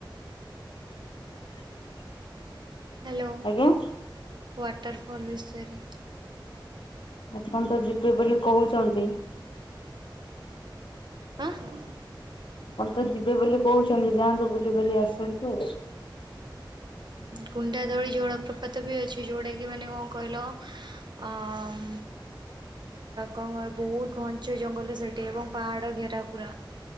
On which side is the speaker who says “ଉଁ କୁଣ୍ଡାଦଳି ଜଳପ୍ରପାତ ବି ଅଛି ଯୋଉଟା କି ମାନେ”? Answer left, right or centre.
Right